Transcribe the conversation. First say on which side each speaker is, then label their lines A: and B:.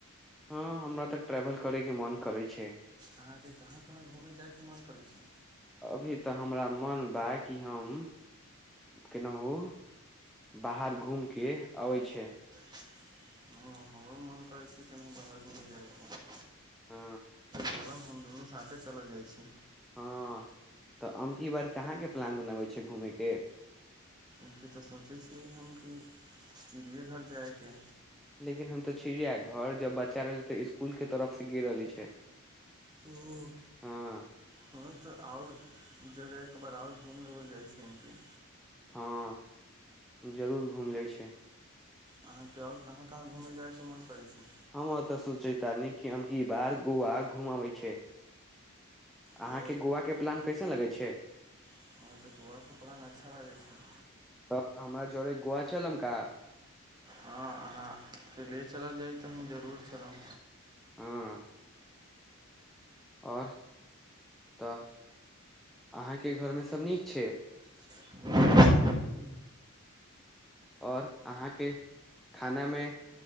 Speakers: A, in the centre; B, on the right.
A: हँ हमरा तऽ ट्रेवल करयके मोन करै छै
B: अहाँके कहाँ कहाँ घूमय जायके मोन करै छै
A: अभी तऽ हमरा मन बा कि हम केनाहु बाहर घूमि कऽ अबै छै
B: हँ हमरो मोन करै छै केनाहु बाहर घूमय जायके
A: हँ
B: बोलम हम दुनू साथे चलल जाइ छी
A: हँ तऽ अमकी बार कहाँके प्लान बनबै छै घूमयके
B: लक तऽ सोचै छियै हम कि चिड़ियेघर जायके
A: लेकिन हम तो चिड़िया घर जब बच्चा रहल तऽ स्कुल के तरफ गिर रहली छै।
B: ह
A: हँ
B: हँ तऽ आओर जगह एक बार आओर घूम लेबल जाय छै
A: हँ जरूर घुमि लै छै।
B: अहाँके आऔर कहाँ कहाँ घूमेय जायके मन करै छै
A: हम ओतय सोचैत न कि हम कि ई बार गोवा घूम अबैत छै
B: ओ
A: अहाँके गोवाकके प्लान कैसन लगैत छै
B: हमरा तऽ गोवाके प्लान अच्छा लागै छै
A: त हमरा जड़े गुआा चलम का
B: हँ अहाँके ले चलल जाइ तऽ हम जरूर चलब
A: हँ आओर तऽ अहाँके घरमे सभ नीक छै
B: <inaudible>
A: सती आओर अहाँके खानामे